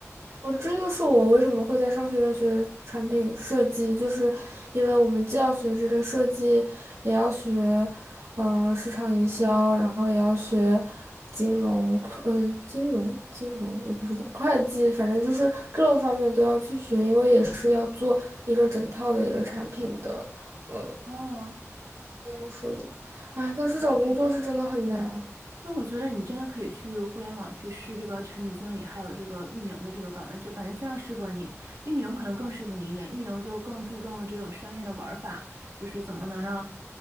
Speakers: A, on the right; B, on the right.
A: 哦，这就是我为什么会在商学院学产品设计，就是因为我们既要学这个设计，也要学，呃，市场营销，然后也要学金融，嗯、金融，金融，我不知道，会计，反正就是各个方面都要去学，因为也是要做一个整套的一个产品的。呃
B: 哦，
A: 这样说的，哎，但是找工作是真的很难。
B: 那我觉得你真的可以去互联网去试这个产品经理，还有这个运营的这个岗位，就感觉非常适合你。运营可能更适合你一点，运营就更注重这种商业的玩法，就是怎么能让